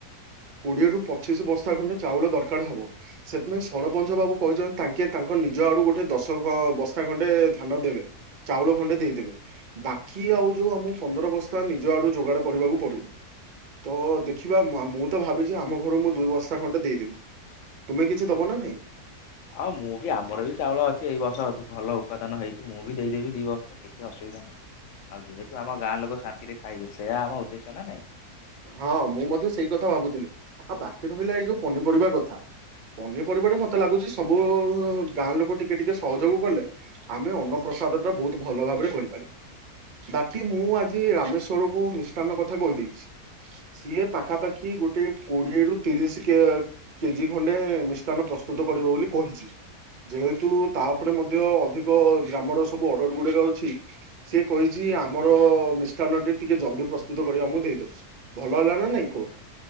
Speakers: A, on the right; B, on the left.
A: କୋଡ଼ିଏରୁୁ ପଚିଶି ବସ୍ତା ଖଣ୍ଡେ ଚାଉଳ ଦରକାର ହବ। ସେଥିପାଇଁ ସରପଞ୍ଚ ବାବୁ କହିଛନ୍ତି ତାଙ୍କେ ତାଙ୍କର ନିଜ ଆଡୁ ଗୋଟେ ଦଶ ବସ୍ତା ଖଣ୍ଡେ ଧାନ ଦେବେ। ଚାଉଳ ଖଣ୍ଡେ ଦେଇଦେବେ ବାକି ଆଉ ଯୋଉଁ ଆମ ପନ୍ଦର ବସ୍ତା ନିଜ ଆଡୁ ଯୋଗାଡ଼ କରିବାକୁ ପଡ଼ିବ। ତ ଦେଖିବା ମୁଁ ତ ଭାବିଚି ଆମ ଘରୁ ମୁଁ ଦୁଇ ବସ୍ତା ଖଣ୍ଡେ ଦେଇଦେବି। ତୁମେ କିଛି ଦବ ନା ନାଇଁ?
B: ହଁ ମୁଁ ବି ଆମର ବି ଚାଉଳ ଅଛି। ଏଇ ବର୍ଷ ଭଲ ଉପାଦନ ହେଇଛି। ମୁଁ ବି ଦେଇଦେବି ଦି ବସ୍ତା କିଛି ଅସୁବିଧା ଆଉ ଯେହେତୁ ଆମ ଗାଁ ଲୋକ ଶାନ୍ତିରେ ଖାଇବେ ସେୟା ଆମ ଉଦ୍ଦେଶ୍ୟ ନା ନାଇଁ।
A: ହଁ ମୁଁ ମଧ୍ୟ ସେଇ କଥା ଭାବୁଥିଲି। ଆଉ ବାକି ରହିଲା ଏଇ ଯୋଉଁ ପନିପରିବା କଥା। ପନିପରିବାରେ ମତେ ଲାଗୁଛି ସବୁ ଗାଁ ଲୋକ ଟିକେ ଟିକେ ସହଯୋଗ କଲେ ଆମେ ଅନ୍ନପ୍ର ପ୍ରସାଦ ଟା ବହୁତ ଭଲ ଭାବରେ କରିପାରିବି। ବାକି ମୁଁ ଆଜି ରାମେଶ୍ଵର କୁ ମିଷ୍ଟାନ୍ନ କଥା କହିଦେଇଛି। ସିଏ ପାଖାପାଖି ଗୋଟେ କୋଡ଼ିଏରୁ ତିରିଶ କେ କେଜି ଖଣ୍ଡେ ମିଷ୍ଟାନ୍ ପ୍ରସ୍ତୁତ କରି ଦେବ ବୋଲି କହିଛି। ଯେହେତୁ ତା ଉପରେ ମଧ୍ୟ ଅଧିକ ଗ୍ରାମର ସବୁ ଅର୍ଡର ଗୁଡ଼ା ଯାଉଚି ସିଏ କହିଛି ଆମର ମିଷ୍ଟାନ ଟିକେ ଜଲଦି ପ୍ରସ୍ତୁତ କରି ଆମକୁ ଦେଇଦବ ଭଲ ହେଲା ନା ନାଇଁ କୁହ?